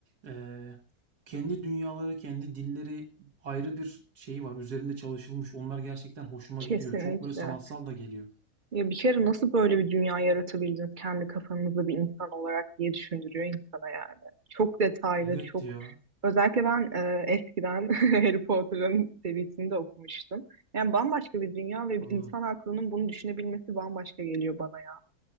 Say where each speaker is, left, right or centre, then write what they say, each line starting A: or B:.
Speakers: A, on the right (about 80°); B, on the right (about 35°).
A: eee, kendi dünyaları, kendi dilleri ayrı bir şeyi var. Üzerinde çalışılmış. Onlar gerçekten hoşuma
B: Kesinlikle.
A: gidiyor. Çok böyle sanatsal da geliyor.
B: Ya bir kere nasıl böyle bir dünya yaratabildiniz kendi kafanızda bir insan olarak diye düşündürüyor insana yani. Çok detaylı,
A: Evet
B: çok
A: ya.
B: özellikle ben e, eskiden <laughs> Harry Potter'ın serisini de okumuştum. Yani bambaşka bir dünya ve
A: Aa,
B: bir insan aklının bunu düşünebilmesi bambaşka geliyor bana ya.